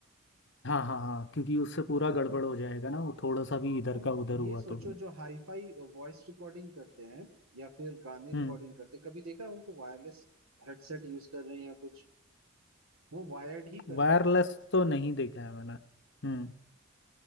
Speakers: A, on the left; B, on the right.
A: हाँ हाँ हाँ क्योंकि उससे पूरा गड़बड़ हो जाएगा ना वो थोड़ा सा भी इधर
B: तुम
A: का उधर हुआ
B: ये सोचो
A: तो
B: जो हाईफाई वॉइस रिकॉर्डिंग करते हैं या फिर गाने रिकॉर्डिंग
A: हम्म
B: करते हैं कभी देखा है उनको वायरलेस हेडसेट यूज कर रहे हैं या कुछ वो वायर्ड ही करते
A: वायरलेस
B: हैं
A: तो नहीं देखा है मैंने हम्म